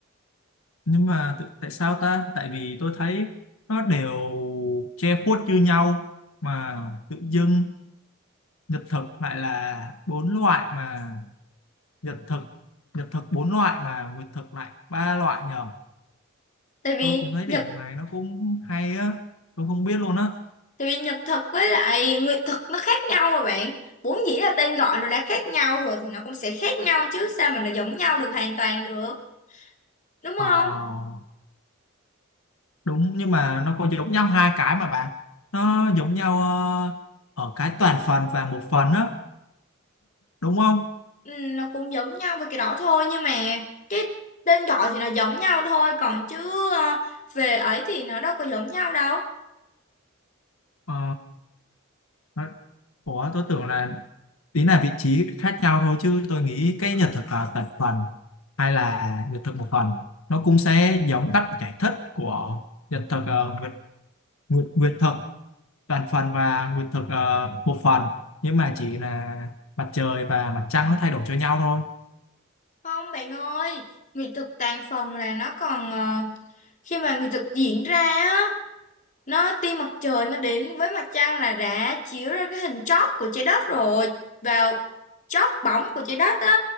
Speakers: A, on the left; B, on the left.
A: nhưng mà tự- tại sao ta? Tại vì tôi thấy nó đều che khuất như nhau mà tự dưng Nhật thực lại là bốn loại mà Nhật thực Nhật thực bốn loại mà Nguyệt thực lại ba loại nhờ.
B: tại vì
A: Tôi cũng thấy
B: nhật
A: điểm này nó cũng hay á, tôi không biết luôn á.
B: tại vì nhật thực với lại nguyệt thực nó khác nhau mà bạn vốn dĩ là tên gọi nó đã khác nhau rồi thì nó cũng sẽ khác nhau chứ sao mà nó giống nhau được hoàn toàn được đúng
A: Ờ
B: không
A: đúng nhưng mà nó có giống nhau hai cái mà bạn nó giống nhau ờ, ở cái toàn phần và một phần á đúng không
B: Ừ, nó cũng giống nhau về cái đó thôi nhưng mà cái tên gọi thì nó giống nhau thôi còn chứ ờ, về ấy thì nó đâu có giống nhau đâu
A: Ờ, nó- ủa tôi tưởng là tí là vị trí khác nhau thôi chứ tôi nghĩ cái nhật thực là toàn phần hay là nhật thực một phần nó cũng sẽ giống cách giải thích của nhật thực ờ, nguyệt, nguyệt, nguyệt thực toàn phần và nguyệt thực ờ, một phần nhưng mà chỉ là mặt trời và mặt trăng nó thay đổi cho nhau thôi
B: không bạn ơi nghệ thuật tàn phần là nó còn ờ, khi mà nghệ thuật diễn ra á nó tia mặt trời nó đến với mặt trăng là đã chiếu ra cái hình chóp của trái đất rồi vào chóp bóng của trái đất á